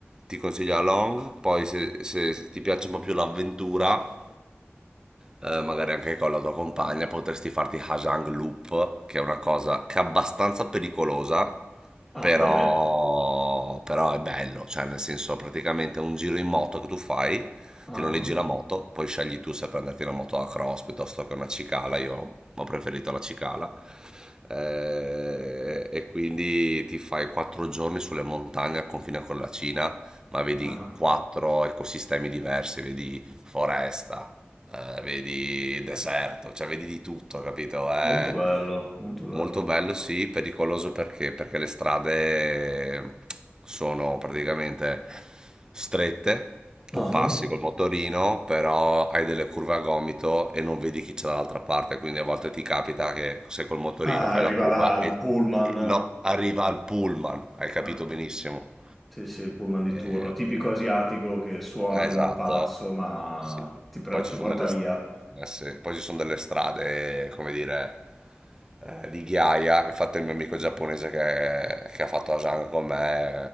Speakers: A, on the right (about 15°); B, in the centre.
A: ti consiglio la Long, poi se, se ti piace un po' più l'avventura, eh, magari anche con la tua compagna, potresti farti Hajang Loop, che è una cosa che è abbastanza pericolosa,
B: Ah,
A: però,
B: bene.
A: però è bello, cioè nel senso praticamente è un giro in moto che tu fai,
B: Ah,
A: ti noleggi la moto, poi scegli tu se prenderti una moto a cross piuttosto che una cicala, io ho preferito la cicala. Eh, e quindi ti fai quattro giorni sulle montagne al confine con la Cina, ma vedi
B: ah.
A: quattro ecosistemi diversi, vedi foresta, eh, vedi deserto, cioè vedi di tutto, capito? È
B: Molto bello, molto bello.
A: molto bello, sì, pericoloso perché, perché le strade sono praticamente strette, tu
B: Ah.
A: passi col motorino, però hai delle curve a gomito e non vedi chi c'è dall'altra parte, quindi a volte ti capita che se col motorino
B: Ah,
A: fai
B: arriva
A: la curva
B: là il
A: e,
B: pullman.
A: e- no, arriva al pullman, hai capito
B: Ah,
A: benissimo.
B: sì, sì, il pullman di
A: Eh,
B: turno, tipico asiatico che suona
A: eh,
B: come
A: esatto.
B: un pazzo, ma
A: Sì. sì.
B: ti, pre-
A: Poi ci
B: ti
A: sono
B: porta
A: delle,
B: via.
A: eh, sì. Poi ci sono delle strade, come dire, eh, di ghiaia. Infatti il mio amico giapponese che, che ha fatto Asan con me